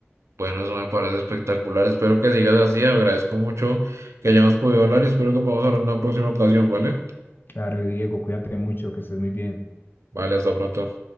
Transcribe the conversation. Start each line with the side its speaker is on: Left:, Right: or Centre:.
Right: bueno, eso me parece espectacular. Espero que sigas así. Agradezco mucho que hayamos podido hablar y espero que podamos hablar en una próxima ocasión, ¿vale?
Left: Claro, Diego, cuídate mucho, que estés muy bien.
Right: Vale, hasta pronto.